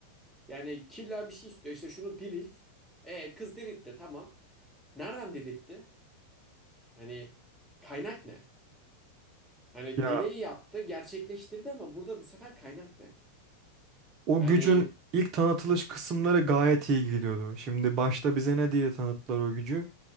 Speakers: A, in the centre; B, on the right.
A: Yani killa bir şey istiyor işte şunu dirilt. E kız diriltti tamam. Nereden diriltti? Hani kaynak ne? Hani
B: Ya
A: dileği yaptı gerçekleştirdi ama burada bu sefer kaynak ne?
B: O
A: Yani
B: gücün ilk tanıtılış kısımları gayet iyi gidiyordu. Şimdi başta bize ne diye tanıttılar o gücü?